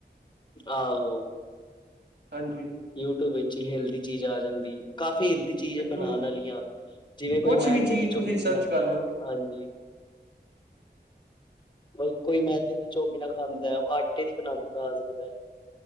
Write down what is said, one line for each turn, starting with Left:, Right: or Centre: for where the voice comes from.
Left: ਆਹੋ!
Right: ਹਾਂਜੀ
Left: ਯੂਟਿਊਬ ਵਿੱਚ ਹੀ ਹੈਲਦੀ ਚੀਜ਼ ਆ ਜਾਂਦੀ। ਕਾਫੀ ਦੀ ਚੀਜ਼
Right: ਬਿਲਕੁਲ
Left: ਬਣਾਉਣ ਵਾਲੀ ਆ, ਜਿਵੇਂ ਕੋਈ
Right: ਕੁਛ
Left: ਮੈਦੇ
Right: ਵੀ ਚੀਜ਼
Left: ਦੀ ਚੌਮੀ
Right: ਤੁਸੀਂ ਸਰਚ
Left: ਖਾਂਦਾ।
Right: ਕਰ ਲਓ
Left: ਹਾਂਜੀ। ਮਲ ਕੋਈ ਮੈਦੇ ਦੀ ਚੋਮੀਨਾ ਖਾਂਦਾ, ਉਹ ਆਟੇ ਦੀ ਬਣਾ ਕੇ ਖਾ ਸਕਦਾ ਹੈ।